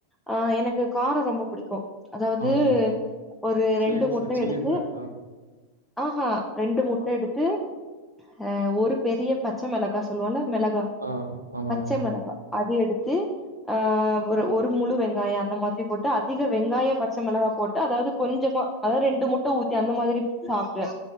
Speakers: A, in the centre; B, on the right.
A: அ எனக்கு காரோ ரொம்ப புடிக்கு அதாவ்து
B: ஆ
A: ஒரு
B: ஃபிளேக்ஸ்
A: ரெண்டு முட்ட
B: சில்லி
A: எடுத்து
B: ஃபிளேக்ஸ்
A: ஆ ஹா ரெண்டு முட்ட
B: ஆ
A: எடுத்து ஆ ஒரு பெரிய பச்ச மெளகா சொல்வோன்ல மெளகா
B: ஆ ஆமா
A: பச்ச
B: மேடம்
A: மெளகா அது எடுத்து ஆ ஒரு ஒரு முழு வெங்காயோ அந்த மாதிரி போட்டு அதிக வெங்காய பச்ச மொளகா போட்டு அதாவ்து கொஞ்சமா அதாவ்து ரெண்டு முட்ட ஊத்தி அந்த மாதிரி சாப்டுவே